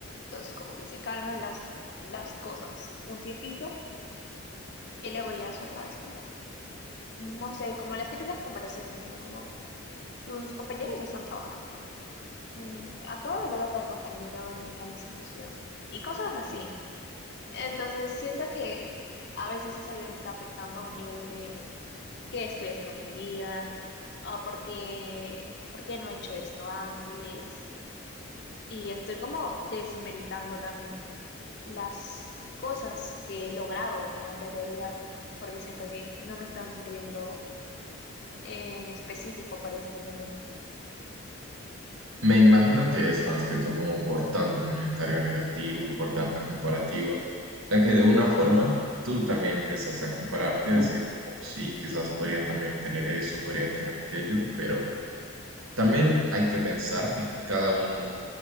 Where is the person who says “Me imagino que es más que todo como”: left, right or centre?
Right